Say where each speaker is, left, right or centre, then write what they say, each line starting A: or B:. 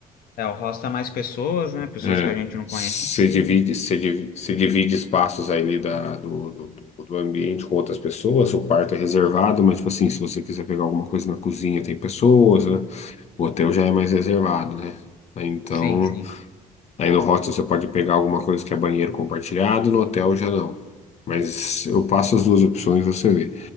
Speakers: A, on the left (about 80°); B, on the left (about 45°).
A: É, o rosto é mais pessoas, né? Pessoas
B: É,
A: que a gente não
B: você
A: conhece.
B: divide, você divide, você divide espaços ali da, do, do, do- do ambiente com outras pessoas, o quarto é reservado, mas, tipo assim, se você quiser pegar alguma coisa na cozinha, tem pessoas, né? O hotel já é mais reservado, né? Aí, Então,
A: Sim, sim.
B: aí no hostel você pode pegar alguma coisa que é banheiro compartilhado, no hotel já não. Mas eu passo as duas opções, você vê.